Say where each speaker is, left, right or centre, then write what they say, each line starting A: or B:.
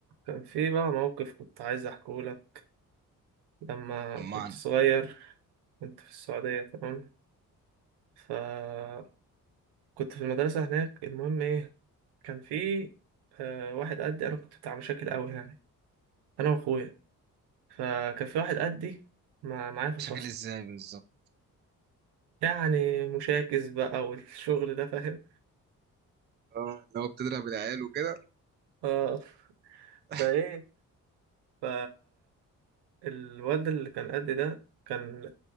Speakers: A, on the right; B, on the right.
A: كان في بقى موقف كنت عايز احكيه لك لما
B: طمعني
A: كنت صغير كنت في السعودية تمام فكنت في المدرسة هناك المهم ايه كان في آه، واحد قدي انا كنت بتاع مشاكل قوي يعني انا واخويا فكان في واحد قدي مع- معايا في
B: مشاكل
A: الفصل
B: ازاي بالظبط
A: يعني مشاكس بقى والشغل ده فاهم
B: اه اللي هو بتضرب العيال وكده
A: اه
B: <laughs>
A: فايه ف الواد اللي كان قدي ده كان